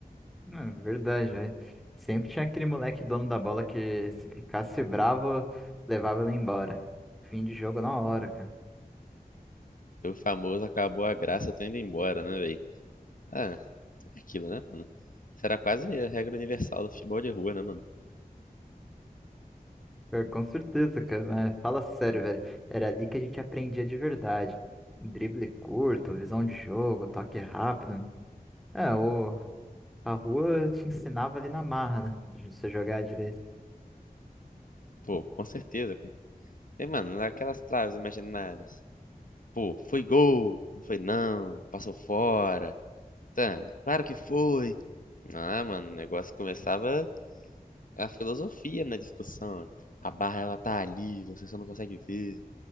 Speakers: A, in the centre; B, on the left (about 60°).
A: Não, é verdade, velho. Sempre tinha aquele moleque dono da bola que se ficasse bravo, levava ele embora. Fim de jogo na hora, cara.
B: O famoso acabou a graça, tô indo embora, né, velho? Ah, é aquilo, né, mano? Isso era quase a regra universal do futebol de rua, né, mano?
A: Pior, Com certeza, cara, mas fala sério, velho. Era ali que a gente aprendia de verdade. Drible curto, visão de jogo, toque rápido. É, o A rua te ensinava ali na marra, né? De você jogar direito.
B: Pô, com certeza, cara. E, mano, aquelas traves imaginárias. Pô, foi gol, não foi não, passou fora. Tá, claro que foi. Ah, mano, o negócio começava É a filosofia na discussão. A barra, ela tá ali, você só não consegue ver.